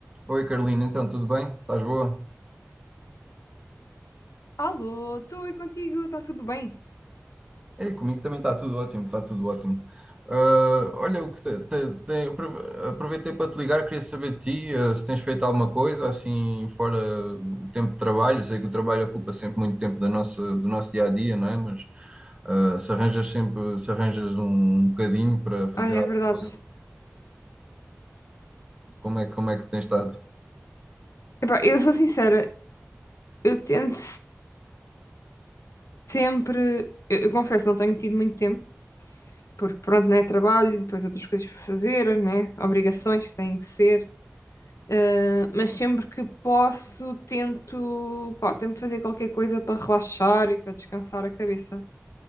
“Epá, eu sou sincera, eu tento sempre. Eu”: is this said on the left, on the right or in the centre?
Left